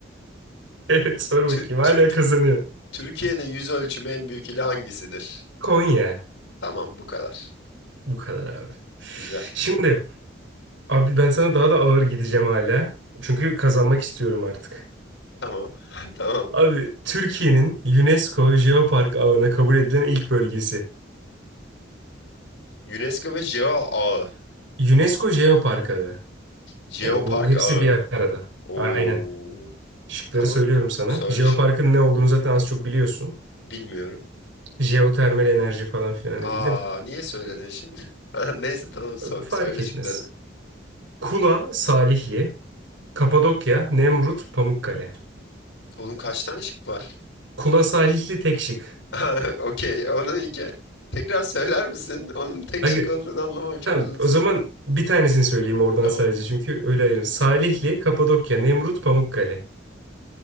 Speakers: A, on the right; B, on the left.
A: Evet sor
B: Tü-
A: bakayım.
B: Türk
A: Hala kazanıyorum.
B: Türkiye'nin yüz ölçümü en büyük ili hangisidir?
A: Konya.
B: Tamam, bu kadar.
A: Bu kadar abi.
B: Güzel.
A: Şimdi abi ben sana daha da ağır gideceğim hala. Çünkü kazanmak istiyorum artık.
B: Tamam. <laughs> Tamam.
A: Abi Türkiye'nin UNESCO Jeopark ağına kabul edilen ilk bölgesi.
B: UNESCO ve Geo Ağı.
A: UNESCO Jeopark ağı.
B: Jeopark
A: Yani bu hepsi
B: Ağı.
A: bir arada.
B: Oo.
A: Aynen. Şıkları
B: Tamam.
A: söylüyorum sana.
B: Söyle
A: Jeopark'ın
B: şık.
A: ne olduğunu zaten az çok biliyorsun.
B: Bilmiyorum.
A: Jeotermal enerji falan filan hani
B: Aa,
A: bildin.
B: niye söyledin şimdi? <laughs> Ha, Neyse tamam so-
A: Fark
B: söyle
A: etmez.
B: şıkları.
A: Kula, Salihli, Kapadokya, Nemrut, Pamukkale.
B: Oğlum kaç tane şık var?
A: Kula, Salihli tek şık.
B: <laughs> Ha, Okey. Onu iki. Tekrar söyler misin? Onun tek
A: Aga,
B: şık olduğunu anlamam çok
A: tamam,
B: uzun sürdü.
A: o zaman bir tanesini söyleyeyim oradan
B: Tamam.
A: sadece çünkü öyle ayırın. Salihli, Kapadokya, Nemrut, Pamukkale.